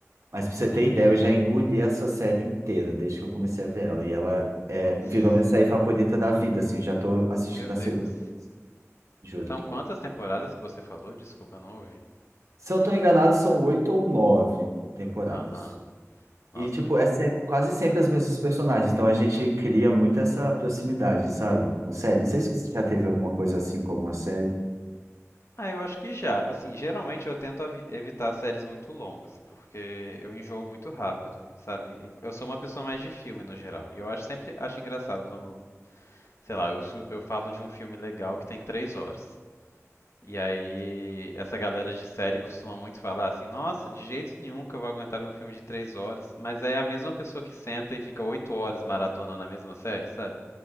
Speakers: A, on the right; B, on the left.
A: Mas pra você ter ideia, eu já engoli essa série inteira desde que eu comecei a ver ela. E ela é,
B: Nossa.
A: virou minha série favorita da vida, assim. Já tô assistindo
B: Meu Deus.
A: a segunda vez, juro.
B: São quantas temporadas que você falou? Desculpa, eu não ouvi.
A: Se eu não tô enganado, são oito ou nove temporadas.
B: Aham. Nossa.
A: E, tipo, é se- quase sempre as mesmas personagens. Então a gente cria muito essa proximidade, sabe? Com série.
B: Uhum.
A: Não sei se você já teve alguma coisa assim com alguma série.
B: Ah, eu acho que já. Assim, geralmente eu tento avi- evitar séries muito longas, porque eu enjoo muito rápido, sabe? Em- Eu sou uma pessoa mais de filme no geral. E eu acho sempre acho engraçado quando, sei lá, eu, su- eu falo de um filme legal que tem três horas. E aí, essa galera de série costuma muito falar assim: Nossa, de jeito nenhum que eu vou aguentar ver um filme de três horas. Mas aí é a mesma pessoa que senta e fica oito horas maratona na mesma série, sabe?